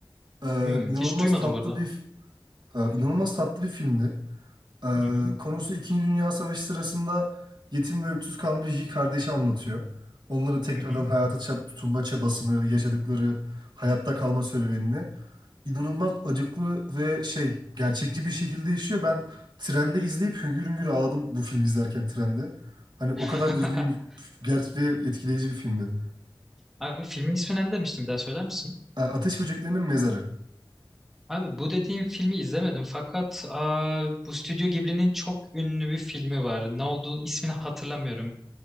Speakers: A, on the right; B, in the centre.
A: Ee,
B: Hmm,
A: inanılmaz
B: hiç duymadım
A: tatlı
B: bu arada.
A: bir... e, inanılmaz tatlı bir filmdi. Ee,
B: Hı hı,
A: konusu İkinci Dünya Savaşı sırasında yetim ve öksüz kalmış iki kardeşi anlatıyor. Onların tekrardan
B: hı hı.
A: hayata çab- tutunma çabasını, yaşadıkları hayatta kalma serüvenini inanılmaz acıklı ve şey gerçekçi bir şekilde işliyor. Ben trende izleyip hüngür hüngür ağladım bu filmi izlerken trende. Hani o kadar
B: <laughs>
A: düzgün bir, gerçek ve etkileyici bir filmdi.
B: Abi filmin ismi ne demiştin bir daha söyler misin?
A: Ee, Ateş Böceklerinin Mezarı.
B: Abi bu dediğim filmi izlemedim fakat aa, bu Stüdyo Ghibli'nin çok ünlü bir filmi var. Ne olduğu ismini hatırlamıyorum.